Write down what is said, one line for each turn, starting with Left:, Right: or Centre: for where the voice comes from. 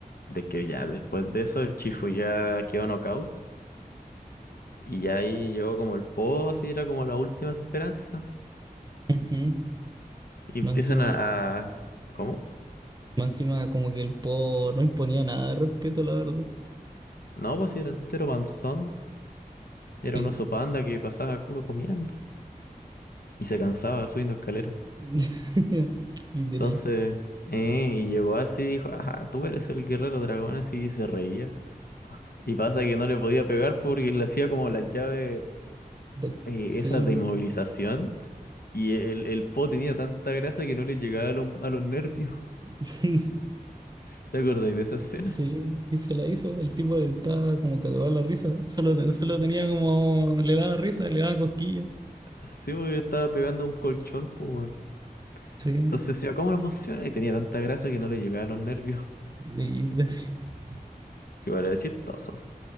Left: de que ya después de eso el Chifu ya quedó knockout y ya ahí llegó como el Po, así era como la última esperanza.
Right: Ujú.
Left: Y empiezan
Right: Más encima,
Left: a... a- ¿Cómo?
Right: más encima como que el po no imponía nada de respeto, la verdad.
Left: No, pues sí, era entero panzón. Era
Right: Sí.
Left: un oso panda que pasaba puro comiendo y se cansaba subiendo escaleras.
Right: <laughs> Literal.
Left: Entonces, eh, y llegó así y dijo, ajá, tú eres el guerrero dragón, así y se reía. Y pasa que no le podía pegar porque le hacía como las llaves
Right: Da-
Left: eh,
Right: Sí.
Left: esas de inmovilización. Y el, el po tenía tanta grasa que no le llegaba a los, a los nervios.
Right: <laughs>
Left: <laughs> ¿Te acordáis de esa escena?
Right: Sí, y se la hizo. El tipo estaba como cagado de la risa. Solo, solo tenía como. Le daba risa, le daba cosquillas.
Left: Sí, porque estaba pegando a un colchón, pues. weón.
Right: Sí.
Left: Entonces decía, ¿cómo no funciona? Y tenía tanta grasa que no le llegaba a los nervios.
Right: Y- y- <laughs>
Left: <laughs> Igual era chistoso.